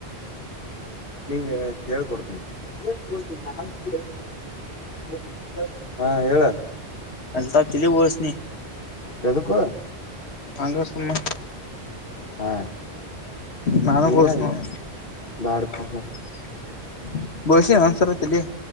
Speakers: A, on the left (about 55°); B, on the left (about 70°).
A: ನಿಂಗೆ ಹೇಳ್ ಕೊಡ್ತನ <unintelligible> ಹಾ ಹೇಳ
B: ಅಲ್ತಾಫ್ ತಲಿ ಬೋಳ್ಸ್ನಿ
A: ಎದುಕ್ಕೂ
B: ಹಂಗ ಸುಮ್ಮ
A: ಹಾ
B: ನಾನು
A: ನೀನ
B: ಬಸುಮಾವ
A: ಬ್ಯಾಡಪ
B: ಹ್ಮ್
A: ಬ್ಯಾಡ
B: ಘೋಷ್ಯ ಸರತಿಲ್ಲಿ